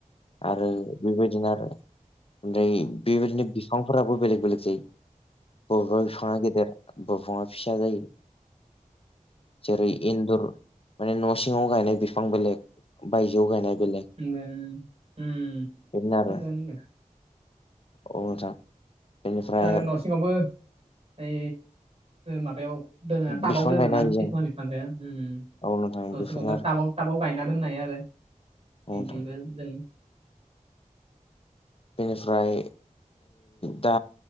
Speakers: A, on the left; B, on the right.
A: आरो बेबायदिनो आरो ओमफ्राय बेबायदिनो बिफांफोराबो बेलेग बेलेग जायो बबेबा बिफाङा गेदेर दरखंङा फिसा जायो जेरै इन्दुर माने न' सिङाव गायनाय बिफां बेलेग बायजोआव गायनाय बेलेग
B: ओ नंगौ
A: बेनो आरो
B: नंगौ
A: औ नोंथां बेनिफ्राय
B: दा आरो न' सिङावबो ओइ माबायाव दोनो टाबाव
A: बिफां
B: दोनोना
A: गायनो हायो जों
B: किसुमान बिफांखौ न'
A: औ नोंथां बेफोरनो
B: सिङावबो
A: आरो
B: टाबाव थाबाव गायना दोननाय आरो
A: औ
B: बिदिबो
A: नोंथां
B: जों
A: बेनिफ्राय दा